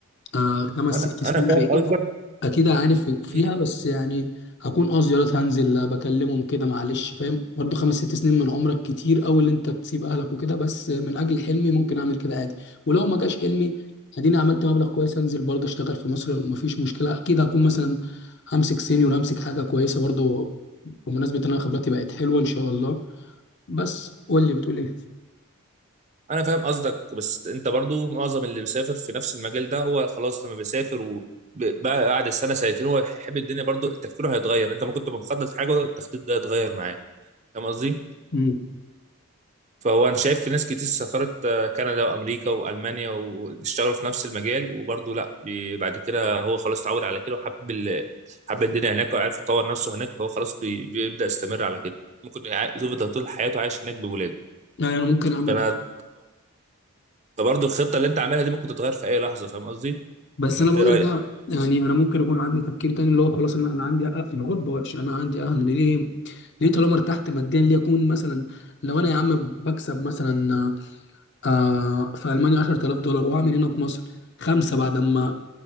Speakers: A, on the left; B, on the right.
A: آه خمس
B: انا
A: ست سنين
B: انا
A: بعيد
B: فاهم قصدك
A: اكيد هعاني في- فيها
B: مم.
A: بس يعني هكون اه زيارات هنزل بكلمهم كده معلش فاهم برضو خمس ست سنين من عمرك كتير اوي اللي انت تسيب اهلك وكده بس من اجل حلمي ممكن اعمل كده عادي ولو ما جاش حلمي اديني عملت مبلغ كويس انزل برضه اشتغل في مصر مفيش مشكله اكيد هكون مثلا همسك سينيور همسك حاجه كويسه برضه بمناسبه ان انا خبرتي بقت حلوه ان شاء الله بس قول لي بتقول ايه
B: انا فاهم قصدك بس انت برضو معظم اللي بيسافر في نفس المجال ده هو خلاص لما بيسافر وبعد السنه سنتين هو يحب الدنيا برضو تفكيره هيتغير انت ما كنت مخطط حاجه التخطيط ده هيتغير معاك فاهم قصدي
A: امم
B: فهو انا شايف في ناس كتير سافرت آه، كندا وامريكا والمانيا واشتغلوا في نفس المجال وبرضو لا بي- بعد كده هو خلاص اتعود على كده وحب ال- حب الدنيا هناك وعارف يطور نفسه هناك فهو خلاص بي- بيبدا يستمر على كده ممكن يع- يفضل طول حياته عايش هناك بولاده
A: يعني انا ممكن اعمل
B: فانا فبرضه الخطه اللي انت عاملها دي ممكن تتغير في اي لحظه فاهم قصدي؟
A: بس
B: ولا
A: انا
B: انت
A: بقول
B: إيه رايك؟
A: لك بقى يعني انا ممكن يكون عندي تفكير تاني اللي هو خلاص انا أنا عندي حق الغربه وحش انا عندي اهل ليه ليه طالما ارتحت ماديا ليه اكون مثلا لو انا يا عم بكسب مثلا آه في المانيا 10000 دولار وهعمل هنا في مصر خمسه بعد ما